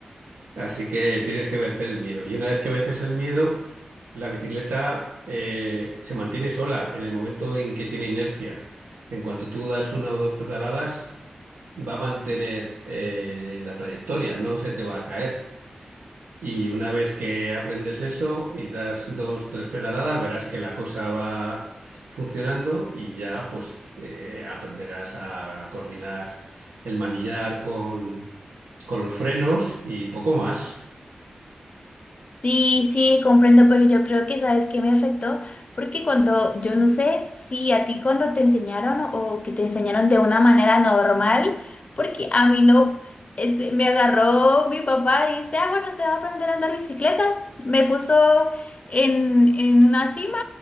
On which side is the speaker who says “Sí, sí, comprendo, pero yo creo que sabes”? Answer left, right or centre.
Left